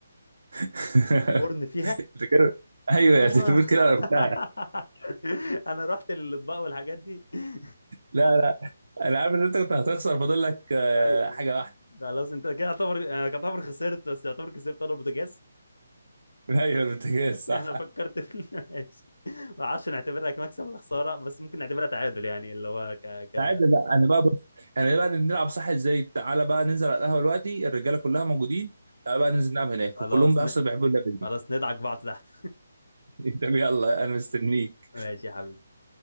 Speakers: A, on the right (about 75°); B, on the left (about 80°).
A: <laughs>
B: الفرن فيها
A: انت كده ايوه يا
B: آه.
A: تلفون كده عرفتها
B: <laughs> انا رحت للاطباق والحاجات دي <laughs>
A: لا لا انا عارف ان انت كنت هتخسر فاضل لك آه،
B: ايوه أيوة.
A: حاجة واحدة
B: خلاص انت كده يعتبر انا يعتبر خسرت بس يعتبر كسبت انا البوتاجاز
A: ايوه البوتاجاز
B: <laughs>
A: صح
B: انا فكرت في <laughs> ماشي ما اعرفش نعتبرها كمكسب ولا خساره بس ممكن نعتبرها تعادل يعني اللي هو ك ك
A: عادي لا انا بقى بص احنا بقى نلعب صح ازاي تعالى بقى ننزل على القهوه دلوقتي الرجاله كلها موجودين تعالى بقى ننزل نلعب هناك
B: خلاص
A: وكلهم بقى
B: ن...
A: اصلا بيحبوا اللعبه دي
B: خلاص ندعك بعض تحت
A: <laughs> طب يلا انا مستنيك
B: ماشي يا حبيبي